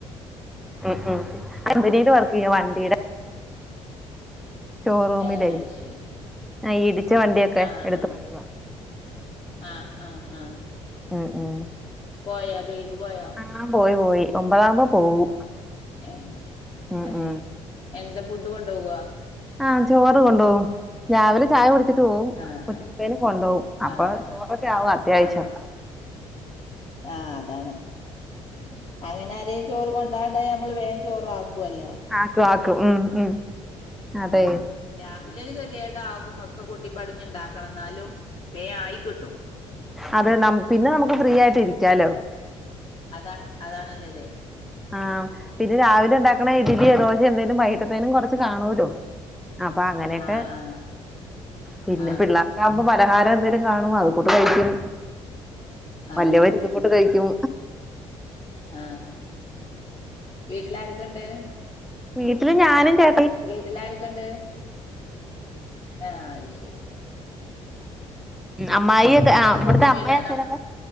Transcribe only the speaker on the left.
ഏഹ് അത് ശരി
ആഹ്
ആഹ്
ആഹ് ആഹ് ആഹ്
പോയോ ജോലിക്ക് പോയോ?
ഏഹ്
ഏഹ്
എന്താ ഫുഡ് കൊണ്ടോവോ?
ആഹ് ആഹ്
ആഹ് ആഹ്
അപ്പൊ ആഹ് അതാണ് അങ്ങനെ ആരേ ചോറ് കൊണ്ടാകാണ്ടായ നമ്മള് വേഗം ചോറാക്കുല്ലോ
ആഹ് രാവിലെ ഒരു കെതെടാവും ഒക്കെ കോട്ടിപ്പേടഞ്ണ്ടാക്കണം ന്നാലും വേഗം ആയിക്കിട്ടും
അതാണ് അതാണ്ല്ലതെ
ആഹ് ആഹ്
ആഹ്
ആഹ്
ആഹ് വീട്ടില് ആരൊക്കെണ്ട്?
വീട്ടില് ആരൊക്കെണ്ട്? ആഹ് അഹ്ശെ
ഏഹ്
സ്വന്തം
വീടാണോ